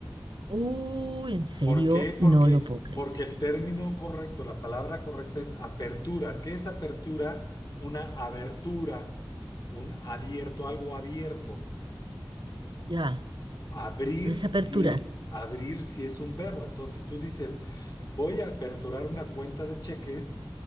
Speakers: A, on the right; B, on the left.
A: Uy, en serio,
B: ¿Por qué? Porque,
A: no lo puedo creer.
B: porque el término correcto, la palabra correcta es apertura. ¿Qué es apertura? Una abertura, un abierto, algo abierto.
A: Ya,
B: Abrir
A: no es aperturar,
B: si, e, abrir si es un verbo. Entonces, si tú dices, voy a aperturar una cuenta de cheques,